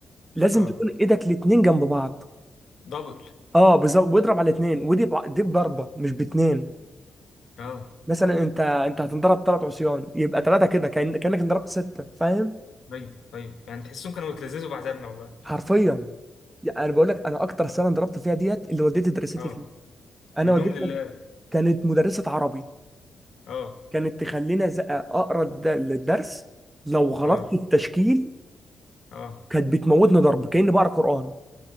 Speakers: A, on the right; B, on the left.
A: لازم
B: اه
A: تكون ايدك الاتنين جنب بعض
B: دبل
A: اه بالظبط واضرب على اتنين ودي بع- دي بضربه مش باتنين
B: اه
A: مثلا انت انت هتنضرب ثلاث عصيان يبقى ثلاثه كده كأن... كانك انضربت سته فاهم
B: ايوه ايوه يعني تحسهم كانوا يتلذذوا بعذابنا والله
A: حرفيا يعني انا بقول لك انا اكتر سنه انضربت فيها ديت اللي والدتي درست
B: اه
A: لي فيها انا
B: منهم
A: والدتي
B: لله
A: كان- كانت مدرسه عربي
B: اه
A: كانت تخلينا ز- اقرا الد- الدرس لو غلطت
B: اه
A: في التشكيل
B: اه
A: كانت بتموتني ضرب كاني بقرا قران